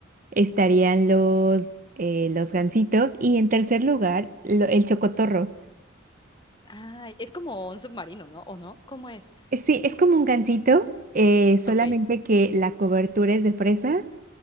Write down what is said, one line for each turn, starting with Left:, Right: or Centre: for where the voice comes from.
Right: estarían los, eh, los gansitos. Y en tercer lugar, lo- el chocotorro.
Left: Ah, es como un submarino, ¿no? ¿O no? ¿Cómo es?
Right: Eh, Sí, es como un gansito, eh, solamente
Left: Ok.
Right: que la cobertura es de fresa